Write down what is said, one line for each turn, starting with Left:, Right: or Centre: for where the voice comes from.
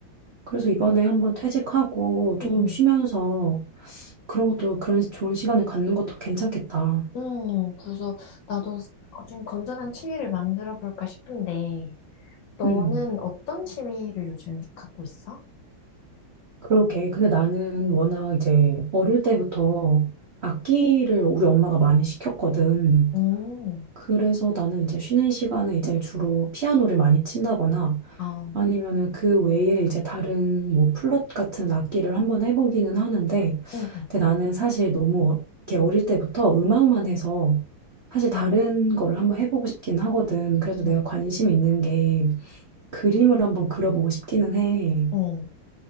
Right: 그래서 이번에 한번 퇴직하고 좀
Left: 응, 응.
Right: 쉬면서 그런 것도 그런 좋은 시간을 갖는 것도 괜찮겠다.
Left: 응, 그래서 나도 좀 건전한 취미를 만들어 볼까 싶은데 너는
Right: 음,
Left: 어떤 취미를 요즘 좀 갖고 있어?
Right: 그러게. 근데 나는 워낙 이제 어릴 때부터 악기를 우리 엄마가 많이 시켰거든.
Left: 음.
Right: 그래서 나는 이제 쉬는 시간에 이제 주로 피아노를 많이 친다거나
Left: 아,
Right: 아니면은 그 외에 이제 다른 뭐 플룻 같은 악기를 한번 해보기는 하는데
Left: 응, 응,
Right: 근데 나는 사실 너무 어, 이렇게 어릴 때부터 음악만 해서 사실 다른
Left: 응,
Right: 거를 한번 해보고 싶긴 하거든. 그래서 내가
Left: 응.
Right: 관심 있는 게 그림을 한번 그려보고 싶기는 해.
Left: 응.